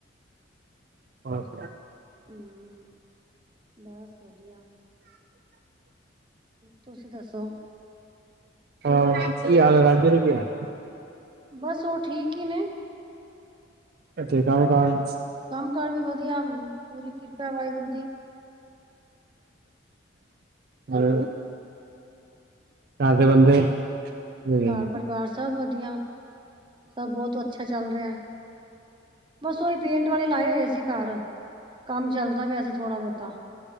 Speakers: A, on the right (about 50°); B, on the right (about 25°).
A: <inaudible>
B: ਹੂੰ, ਬਸ ਵਧੀਆ। ਤੁਸੀਂ ਦੱਸੋ?
A: ਹਾਂ ਕੀ ਹਾਲ‌ ਆ, ਰਾਜੇ ਦੇ ਕੀ ਹਾਲ?
B: ਬਸ ਓ ਠੀਕ ਈ ਨੇ।
A: ਏਥੇ ਕੰਮ-ਕਾਰ।
B: ਕੰਮ ਕਾਰ ਵੀ ਵਧੀਆ, ਪੂਰੀ ਕਿਰਪਾ ਵਾਏਗੁਰੂ ਦੀ।
A: ਹੂੰ, ਘਰ ਦੇ ਬੰਦੇ ਹੂੰ
B: ਘਰ ਪਰਿਵਾਰ ਸਭ ਵਧੀਆ, ਸਭ ਬਹੁਤ ਅੱਛਾ ਚੱਲ ਰਿਆ। ਬਸ ਓਈ ਪੇਂਟ ਵਾਲੇ ਲਾਏ ਹੋਏ ਸੀ ਘਾਰ, ਕੰਮ ਚੱਲਦਾ ਪਿਆ ਸੀ ਥੋੜਾ ਬੋਤਾ।